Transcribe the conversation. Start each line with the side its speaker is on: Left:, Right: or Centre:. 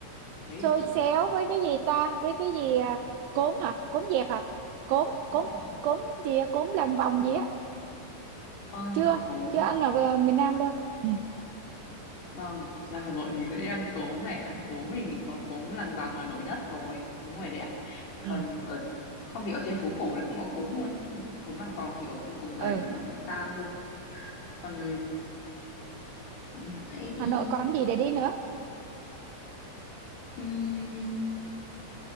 Left: thế thì
Right: xôi
Left: chị
Right: xéo với cái gì ta với cái gì à, cốm hả cốm dẹp hả cốm
Left: đúng
Right: cốm
Left: rồi
Right: cốm gì á? cốm lằn vòng gì á
Left: vâng
Right: chưa
Left: có cố
Right: chưa ăn ở ờ, miền Nam luôn ừ
Left: Vâng, ra Hà Nội thì mình sẽ ăn cốm này, ăn cốm thì mình có cốm Làng Vòng là nổi nhất rồi, đúng rồi đấy ạ. Còn
Right: ừ
Left: ở không thì ở trên phố cổ thì cũng có cốm luôn, cốm Làng Vòng thì ở khu Cốc Giấy
Right: ừ
Left: thì nó bị xa hơn. Còn thì mình sẽ đi
Right: Hà Nội còn gì để đi nữa
Left: um...